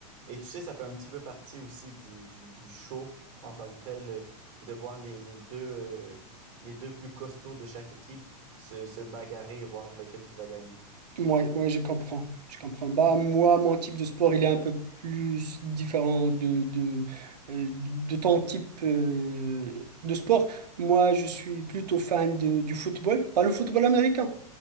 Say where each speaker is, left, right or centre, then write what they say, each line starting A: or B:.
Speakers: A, on the right (about 45°); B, on the right (about 80°).
A: Et tu sais, ça fait un petit peu partie aussi du, du, du show en tant que tel, euh, de voir les, les deux, euh, les deux plus costauds de chaque équipe se, se bagarrer et voir lequel qui va gagner.
B: Oui, ouais, je comprends. Je comprends. Bah, moi, mon type de sport, il est un peu plus différent de, de, euh, de ton type euh, de sport. Moi, je suis plutôt fan de- du football, pas le football américain,